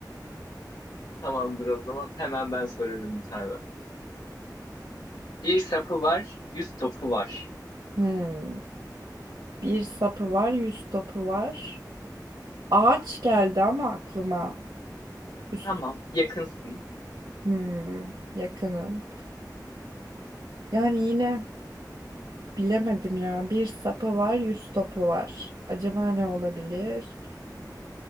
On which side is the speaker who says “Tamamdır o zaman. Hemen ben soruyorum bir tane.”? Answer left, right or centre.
Left